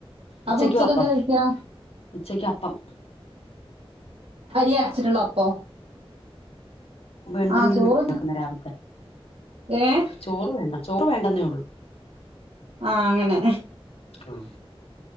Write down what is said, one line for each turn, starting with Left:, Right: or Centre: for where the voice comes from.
Left: ഉച്ചക്കും
Right: അപ്പൊ ഉച്ചക്കെന്താ
Left: അപ്പം
Right: കഴിക്കാ
Left: ഉച്ചക്ക അപ്പം
Right: അരി അരച്ചിട്ടുള്ള അപ്പൊ
Left: എന്തെങ്കിലും
Right: ആഹാ ചോറ്
Left: ഉണ്ടാക്കുന്ന രാവിലത്തെ
Right: ഏഹ്
Left: ചോറ് വേണ്ട ചോറ് വേണ്ടന്നേ ഉള്ളൂ
Right: ആഹാ അങ്ങനെ
Left: ഉം